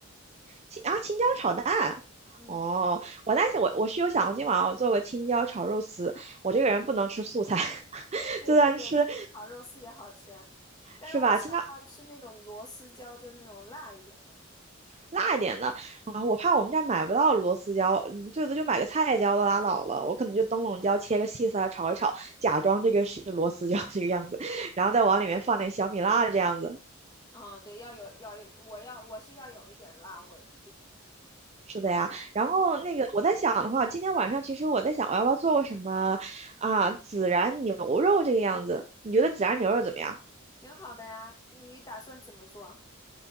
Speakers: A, on the right; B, on the left.
A: 青啊，青椒炒蛋。
B: 嗯，
A: 哦，我在想，我我是有想过今晚上我做个青椒炒肉丝。我这个人不能吃素菜，<laughs>
B: 对对对，
A: 就算吃
B: 青椒炒肉丝也好吃啊，但是我喜欢要吃那种螺丝椒，
A: 是吧？青椒
B: 就是那种辣一点的。
A: 辣一点的啊，我怕我们这儿买不到螺丝椒，嗯最多就买个菜椒都拉倒了。我可能就灯笼椒切个细丝儿炒一炒，假装这个是螺丝椒这个样子，然后再往里面放点小米辣这样子。
B: 哦，对，要有要有，我要我是要有一点儿辣味，
A: 是的呀，然后那个我在想的话，
B: 嗯，
A: 今天晚上其实我在想我要不要做个什么啊孜然牛肉这个样子？你觉得孜然牛肉怎么样？
B: 挺好的呀。你打算怎么做？